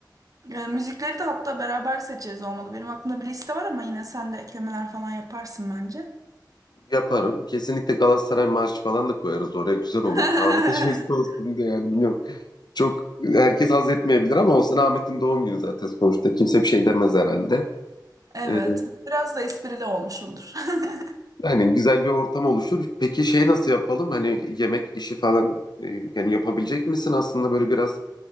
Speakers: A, on the right; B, on the left.
A: E, müzikleri de hatta beraber seçeriz olmadı. Benim aklımda bir liste var ama yine sen de eklemeler falan yaparsın bence.
B: Yaparım. Kesinlikle Galatasaray marşı falan da koyarız oraya. Güzel olur.
A: <laughs>
B: Ahmet'e jest olsun diye yani bilmiyorum. Çok herkes haz etmeyebilir ama olsun Ahmet'in doğum günü zaten sonuçta. Kimse bir şey demez herhalde.
A: Evet.
B: Ee,
A: Biraz da esprili olmuş olur. <laughs>
B: yani güzel bir ortam oluşur. Peki şey nasıl yapalım? Hani yemek işi falan e, yani yapabilecek misin? Aslında böyle biraz